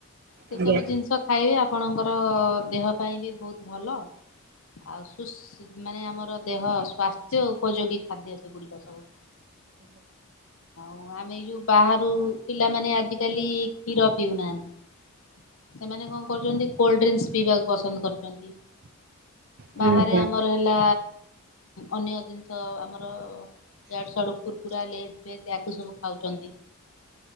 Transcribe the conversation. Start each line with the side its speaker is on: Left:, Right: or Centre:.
Left: ସେ
Right: ଆଜ୍ଞା
Left: ସବୁ ଜିନିଷ ଖାଇବେ ଆପଣଙ୍କର ଦେହ ପାଇଁ ବି ବହୁତ ଭଲ। ଆଉ ସୁସ ମାନେ ଆମର ଦେହ ସ୍ୱାସ୍ଥ୍ୟ ଉପଯୋଗୀ ଖାଦ୍ୟ ସେଗୁଡିକ ସବୁ। ଆଉ ଆମେ ଯଉ ବାହାରୁ ପିଲାମାନେ ଆଜିକାଲି କ୍ଷୀର ପିଉନାହାନ୍ତି। ସେମାନେ କଣ କରୁଛନ୍ତି କୋଲ୍ଡ ଡ୍ରିଙ୍କସ ପିଇବାକୁ ପସନ୍ଦ କରୁଛନ୍ତି।
Right: ହୁଁ
Left: ବାହାରେ
Right: ହୁଁ
Left: ଆମର ହେଲା ଅନ୍ୟ ଜିନିଷ ଆମର ଇଆଡୁ ସିଆଡ଼ୁ କୁରୁକୁରା ଲେଜ ଫେଜ ଏଆକୁ ସବୁ ଖାଉଛନ୍ତି।